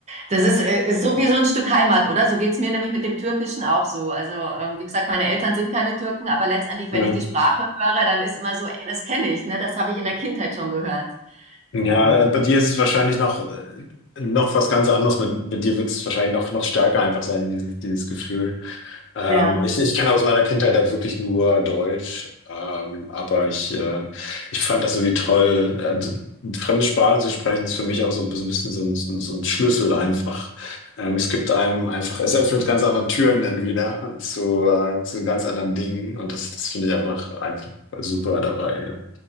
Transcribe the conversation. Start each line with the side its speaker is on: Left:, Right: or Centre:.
Right: Das ist, äh, ist so wie so ein Stück Heimat, oder? So geht's mir nämlich mit dem Türkischen auch so. Also, ähm, wie gesagt, meine Eltern sind keine Türken, aber letztendlich,
Left: Ja,
Right: wenn ich die Sprache höre, dann ist immer so, ey, das kenne ich, ne? Das habe ich in der Kindheit schon gehört.
Left: ja
Right: Ähm,
Left: also bei dir ist es wahrscheinlich noch, äh, noch was ganz anderes. Bei, bei dir wird es wahrscheinlich noch, noch stärker einfach sein, dieses, dieses Gefühl. Ähm,
Right: ja.
Left: ich, ich kenne aus meiner Kindheit halt wirklich nur Deutsch, ähm, aber ich, äh, ich fand das irgendwie toll. Also, fremde Sprachen zu sprechen ist für mich auch so, so ein bisschen so ein, so ein so ein Schlüssel einfach. Ähm, es gibt einem einfach, es öffnet ganz andere Türen dann wieder zu, äh, zu ganz anderen Dingen und das, das finde ich einfach, einfach super dabei.